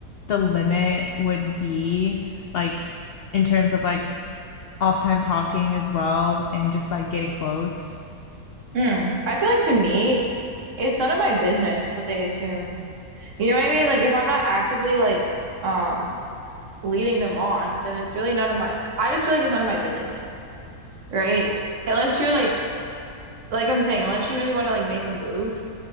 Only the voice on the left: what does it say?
the limit would be like in terms of like off time talking as well and just like getting close.